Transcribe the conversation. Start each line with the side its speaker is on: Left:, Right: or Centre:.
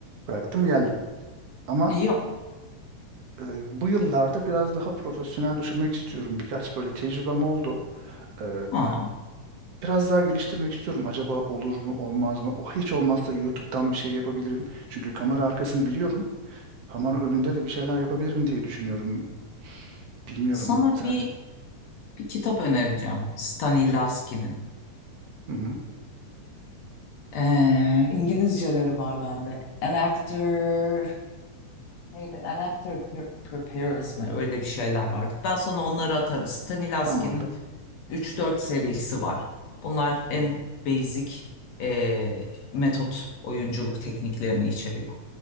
Right: Bıraktım geldim. Ama
Left: Ya
Right: e, bu yıllarda biraz daha profesyonel düşünmek istiyorum. Birkaç böyle tecrübem oldu. Ee,
Left: ha,
Right: biraz daha geliştirmek istiyorum. Acaba olur mu olmaz mı? O hiç olmazsa YouTube'dan bir şey yapabilirim. Çünkü kamera arkasını biliyorum. Kamera önünde de bir şeyler yapabilirim diye düşünüyorum. Bilmiyorum.
Left: sana
Right: Sen...
Left: bir, bir kitap önereceğim. Stanislavski'nin.
Right: Hı hı,
Left: Ee, İngilizceleri var bende. An Actor neydi? An Actor Pre- Prepares mi? Öyle bir şeyler vardı. Ben sana onları atarım. Stanislavski'nin
Right: tamamdır.
Left: üç dört serisi var. Bunlar en
Right: Hı hı,
Left: basic ee, metot oyunculuk tekniklerini içeriyor.